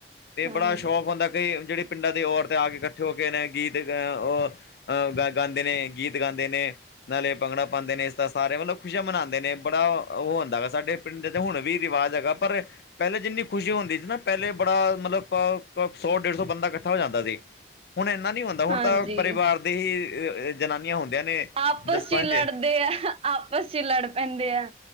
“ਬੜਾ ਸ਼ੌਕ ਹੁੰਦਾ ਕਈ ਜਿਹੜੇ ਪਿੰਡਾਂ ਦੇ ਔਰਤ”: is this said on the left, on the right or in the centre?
Left